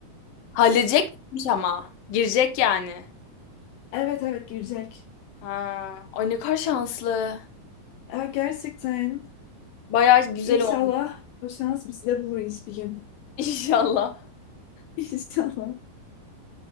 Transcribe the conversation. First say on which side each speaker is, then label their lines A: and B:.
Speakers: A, on the left; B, on the left.
A: Halledecekmiş ama. Girecek yani.
B: Evet evet girecek.
A: Ha, ay ne kadar şanslı.
B: Ya gerçekten
A: Bayağı güzel
B: inşallah
A: olmuş.
B: o şans bizi de bulur bir gün.
A: <laughs> İnşallah.
B: <laughs> İnşallah.